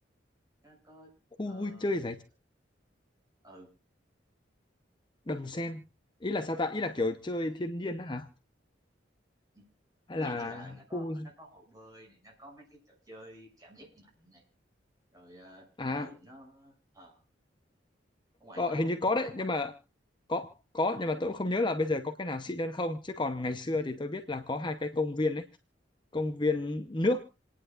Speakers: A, on the right; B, on the left.
A: nó có
B: khu
A: ờ
B: vui chơi giải trí
A: ừ
B: đầm sen ý là sao ta ý là kiểu chơi thiên nhiên á hả
A: ừ,
B: hay
A: dạng
B: là
A: như là nó có
B: khu vui-
A: nó có hồ bơi này nó có mấy cái trò chơi cảm giác mạnh này rồi ờ
B: à
A: ừ nó ờ ở ngoài
B: ờ,
A: có không
B: hình như
A: ở
B: có
A: ngoài
B: đấy
A: ở ngoài
B: nhưng mà có có nhưng mà tôi cũng không nhớ là bây giờ có cái nào xịn hơn không chứ còn ngày xưa thì tôi biết là có hai cái công viên đấy, công viên nước